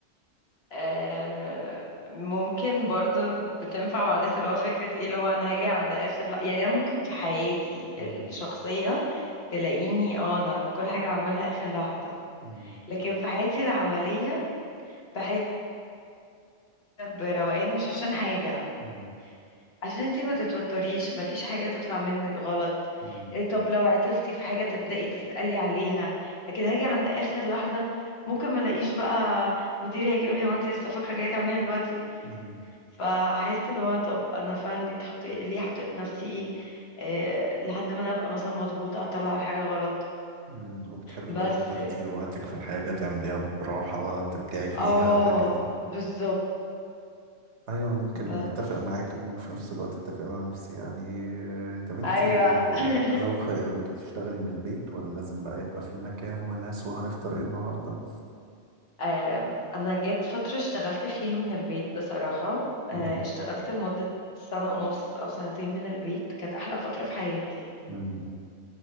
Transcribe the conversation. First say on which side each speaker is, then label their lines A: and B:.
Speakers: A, on the left (about 65°); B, on the right (about 80°).
A: آه، ممكن برضو بتنفع مع الناس اللي هو فكرة ايه اللي هو انا هاجي عند اخر لح- يعني انا ممكن في حياتي
B: مم،
A: الشخصية تلاقيني اه انا كل حاجة بعملها اخر لحظة
B: مم،
A: لكن في حياتي العملية بحس بروقان مش عشان حاجة
B: مم،
A: عشان انتي ما تتوتريش مفيش حاجة تطلع منك غلط
B: مم،
A: إيه طب لو عطلتي في حاجة تبدأي تسألي عليها لكن هاجي عند آخر لحظة ممكن ما الاقيش بقى مديري هيجي يقولي هو انتي لسه فاكرة جاية تعمليها دلوقتي
B: مم،
A: فهحس اللي هو طب انا فعلا ليه اتحط ليه حطيت نفسي ايه إيه لحد ما انا ابقى مثلا مضغوطة اطلع الحاجة غلط
B: مم. وبتحبي
A: بس
B: برضو تاخدي وقتك في الحاجة تعمليها براحة تبدعي فيها
A: اه
B: وهكذا
A: بالظبط
B: ايوه انا ممكن
A: بس
B: اتفق معاكي وفي نفس الوقت اتفق مع نفسي يعني طب انتي
A: ايوه <laughs>
B: لو خيروكي تشتغلي من البيت ولا لازم بقى يبقى في مكان وناس وهنفطر ايه النهارده
A: آم، انا جت فترة اشتغلت فيها من البيت بصراحة آه،
B: مم،
A: اشتغلت لمدة سنة ونص او سنتين من البيت كانت احلى فترة في حياتي
B: مم،